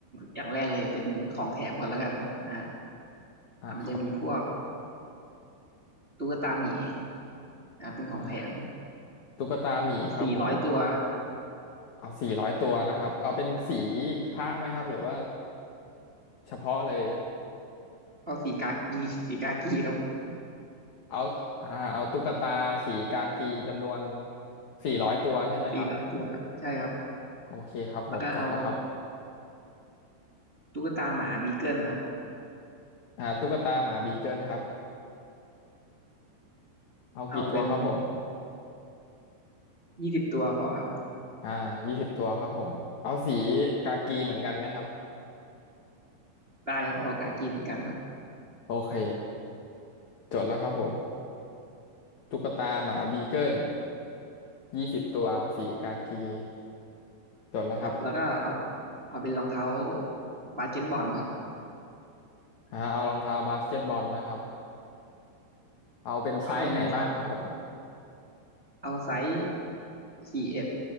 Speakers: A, on the right; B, on the left.
A: อย่างแรกเลยเป็นของแถมก่อนแล้วกันนะฮะ
B: อ่าครับ
A: อ่ะมันจะมีพวกตุ๊กตาหมีนะเป็นของแถม
B: อ่าตุ๊กตาหมีครับผม
A: สี่ร้อยตัว
B: เอาสี่ร้อยตัวนะครับเอาเป็นสีคะไหมครับหรือว่าเฉพาะเลย
A: เอาสีกากี <laughs> สีกากีครับ
B: เอาอ่าเอาตุ๊กตาสีกากีจำนวนสี่ร้อยตัวใช่ไหมครับ
A: สี่ร้อยตัวครับใช่ครับ
B: โอเคครับผมจดแล้วครับ
A: แล้วก็เอาตุ๊กตาหมาบีเกิลครับ
B: อ่าตุ๊กตาหมาบีเกิลครับเอากี่ตัวครับผม
A: เอาเป็นยี่สิบตัวพอครับ
B: อ่ายี่สิบตัวครับผมเอาสีกากีเหมือนกันไหมครับ
A: ได้ครับเอากากีเหมือนกันครับ
B: โอเคจดแล้วครับผมตุ๊กตาหมาบีเกิลยี่สิบตัวสีกากีจดแล้วครับ
A: ครับแล้วก็เอาเอาเป็นรองเท้าบาสเกตบอลครับ
B: อ่าเอารองเท้าบาสเกตบอลนะครับเอาเป็นไซส์ไหนบ้างครับผม
A: เอาเป็นเอาไซส์สี่เอ็ด